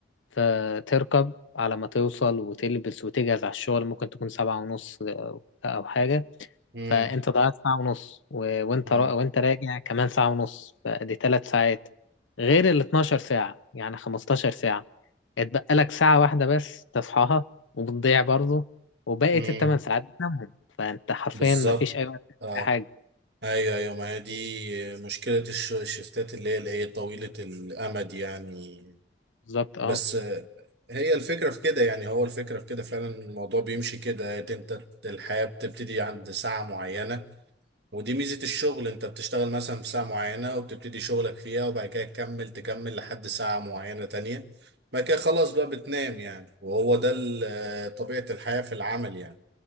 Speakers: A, on the left (about 85°); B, on the right (about 60°).
A: فتركب على ما توصل وتلبس وتجهز على الشغل ممكن تكون سبعة ونص او حاجه
B: امم
A: فانت ضيعت ساعة ونص و... وانت
B: امم
A: را... وانت راجع كمان ساعة ونص فدي ثلاث ساعات غير ال 12 ساعة يعني 15 ساعة اتبقى لك ساعة واحدة بس تصحاها وبتضيع برضه وبقيت
B: امم
A: الثمان ساعات بتنامهم فانت حرفيا
B: بالظبط
A: ما فيش اي وقت
B: اه
A: تعمل أي حاجة
B: ايوه ايوه ما هي دي مشكلة الش- الشفتات اللي هي الايه طويلة الامد يعني
A: بالظبط اه
B: بس
A: <laughs>
B: آه، هي الفكرة في كده يعني هو الفكرة في كده فعلا الموضوع بيمشي كده إيه، انت الحياة بتبتدي عند ساعة معينة ودي ميزة الشغل انت بتشتغل مثلا في ساعة معينة وبتبتدي شغلك فيها وبعد كده تكمل تكمل لحد ساعة معينة تانية بعد كده خلاص بقى بتنام يعني وهو ده ال- آه، طبيعة الحياة في العمل يعني